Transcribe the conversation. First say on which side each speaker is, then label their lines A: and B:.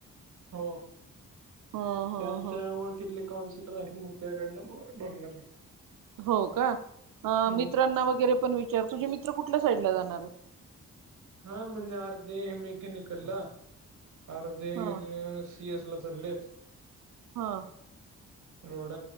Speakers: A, on the right; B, on the right.
A: हो
B: ह ह
A: ते आमच्या
B: ह
A: ओळखितले काउन्सिलर आहे मग त्याकडन भंगर
B: हो का, अ
A: हम्म
B: मित्रांना वगैरे पण विचार तुझे मित्र कुठल्या साईडला जाणार आहेत.
A: हा म्हणजे अर्धी मेकॅनिकल ला अर्ध
B: हा
A: सी एस ला चाललेत.
B: हा.
A: रोड